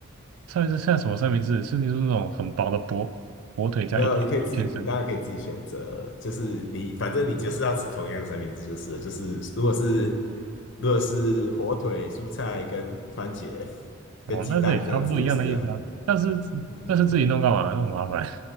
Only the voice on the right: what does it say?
三明治，像什么三明治？是你说那种很薄的薄火腿加一片一片生，
哦，
那这也差不多一样的意思啊。但是
但是自己弄干嘛？那么麻烦，